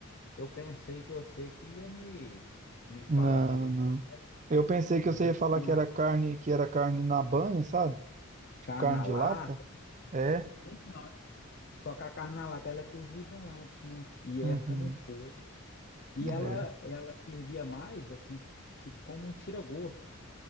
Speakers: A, on the left; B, on the right.
A: eu pensei que você que ia me, me falar
B: Não,
A: direito
B: não.
A: que
B: Eu pensei que
A: eles
B: você
A: acham
B: ia falar
A: uma
B: que era carne, que era carne na banha, sabe? Tipo
A: carne
B: carne
A: na
B: de
A: lata.
B: lata.
A: né?
B: É?
A: Então, é- só que a carne na lata ela é cozida antes, né? E essa
B: Uhum,
A: não foi. E ela
B: é.
A: ela servia mais assim, tipo como um tira-gosto,